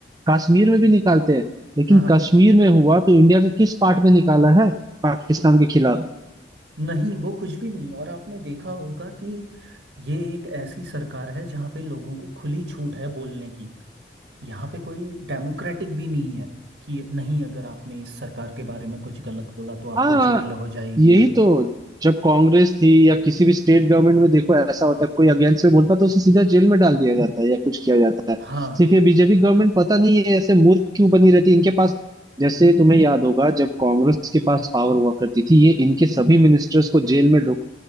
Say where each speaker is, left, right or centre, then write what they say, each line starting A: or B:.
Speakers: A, on the right; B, on the right.
A: कश्मीर में भी निकालते हैं लेकिन
B: हाँ हाँ हाँ।
A: कश्मीर में हुआ तो इंडिया का किस पार्ट में निकाला है पाकिस्तान के खिलाफ
B: नहीं वो कुछ भी नहीं और आपने देखा होगा कि ये एक ऐसी सरकार है जहाँ पे लोगों को खुली छूट है बोलने की यहाँ पे कोई डेमोक्रेटिक भी नहीं है कि नहीं अगर आपने इस सरकार के बारे में कुछ गलत बोला तो आपको
A: हाँ
B: जेल हो जाएगी
A: यही तो जब कांग्रेस थी या किसी भी स्टेट गवर्नमेंट में देखो ऐसा होता है कोई अगेंस्ट में बोलता है तो उसे सीधा जेल में डाल दिया जाता है या कुछ किया जाता है
B: हाँ
A: सिर्फ ये बीजेपी गवर्नमेंट पता नहीं है ऐसे मूर्ख क्यों बनी रहती है इनके पास जैसे तुम्हें याद होगा जब कांग्रेस के पास पावर हुआ करती थी ये इनके सभी मिनिस्टर्स को जेल में ढुक